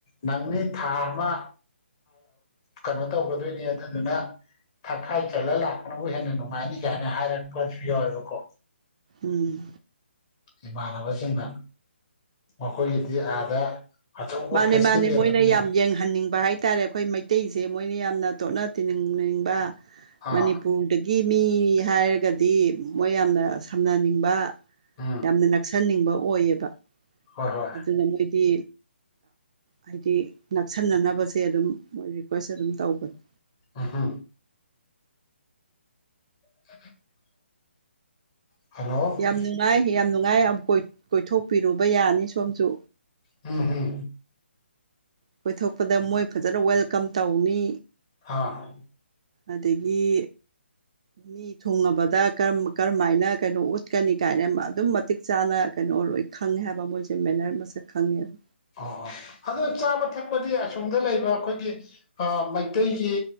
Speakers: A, on the left; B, on the right.
A: ꯅꯪꯅꯤ ꯊꯥ ꯑꯃ ꯀꯩꯅꯣ ꯇꯧꯒꯗꯣꯏꯅꯤ ꯑꯗꯨꯗꯨꯅ ꯊꯛꯈꯥꯏ ꯆꯠꯂ ꯂꯥꯛꯄꯅꯕꯨ ꯍꯦꯟꯅ ꯅꯨꯡꯉꯥꯏꯅꯤ ꯀꯥꯏꯅ ꯍꯥꯏꯔꯄꯁꯨ ꯌꯥꯎꯦꯕꯀꯣ
B: ꯎꯝ
A: ꯏꯃꯥꯟꯅꯕꯁꯤꯡꯅ ꯃꯈꯣꯏꯒꯤꯗꯤ ꯑꯥꯗ ꯑꯆꯧꯕ
B: ꯃꯥꯅꯦ
A: ꯐꯦꯁꯇꯤꯚꯦꯜ
B: ꯃꯥꯅꯦ ꯃꯣꯏꯅ
A: ꯑꯃꯅꯦ
B: ꯌꯥꯝ ꯌꯦꯡꯍꯟꯅꯤꯡꯕ ꯍꯥꯏꯇꯥꯔꯦ ꯑꯩꯈꯣꯏ ꯃꯩꯇꯩꯁꯦ ꯃꯣꯏꯅ ꯌꯥꯝꯅ ꯇꯣꯠꯅ ꯇꯤꯅꯤꯡꯅꯤꯡꯕ
A: ꯑꯥ
B: ꯃꯅꯤꯄꯨꯔꯗꯒꯤ ꯃꯤ ꯍꯥꯏꯔꯒꯗꯤ ꯃꯣꯏ ꯌꯥꯝꯅ ꯁꯝꯅꯅꯤꯡꯕ
A: ꯎꯝ
B: ꯌꯥꯝꯅ ꯅꯛꯁꯟꯅꯤꯡꯕ ꯑꯣꯏꯌꯦꯕ
A: ꯍꯣꯏ ꯍꯣꯏ
B: ꯑꯗꯨꯅ ꯃꯣꯏꯗꯤ ꯍꯥꯏꯗꯤ ꯅꯛꯁꯤꯟꯅꯅꯕꯁꯦ ꯑꯗꯨꯝ ꯃꯣꯏ ꯔꯤꯀ꯭ꯋꯦꯁ ꯑꯗꯨꯝ ꯇꯧꯕꯅꯤ
A: ꯑ ꯍ <inaudible> ꯍꯜꯂꯣ
B: ꯌꯥꯝ ꯅꯨꯡꯉꯥꯏ ꯌꯥꯝ ꯅꯨꯡꯉꯥꯏꯛ ꯀꯣꯏꯊꯣꯛꯄꯤꯔꯨꯕ ꯌꯥꯅꯤ ꯁꯣꯝꯁꯨ
A: ꯎꯝ ꯍꯝ
B: ꯀꯣꯏꯊꯣꯛꯄꯗ ꯃꯣꯏ ꯐꯖꯅ ꯋꯦꯜꯀꯝ ꯇꯧꯋꯤ
A: ꯍꯥꯥ
B: ꯑꯗꯒꯤ ꯃꯤ ꯊꯨꯡꯉꯕꯗ ꯀꯔꯝ ꯀꯔꯝꯃꯥꯏꯅ ꯀꯩꯅꯣ ꯎꯠꯀꯅꯤ ꯀꯥꯏꯅ ꯃ ꯑꯗꯨꯝ ꯃꯇꯤꯛ ꯆꯥꯅ ꯀ ꯅꫭ ꯂꯣꯏ ꯈꯪꯉꯦ ꯍꯥꯏꯕ ꯃꯣꯏꯁꯦ ꯃꯦꯅꯔ ꯃꯁꯛ ꯈꯪꯉꯦꯕ
A: ꯑꯣ ꯑꯣ ꯑꯗꯨ ꯆꯥꯕ ꯊꯛꯄꯗꯤ ꯑꯁꯣꯝꯗ ꯂꯩꯕ ꯑꯩꯈꯣꯏꯒꯤ ꯃꯩꯇꯩꯒꯤ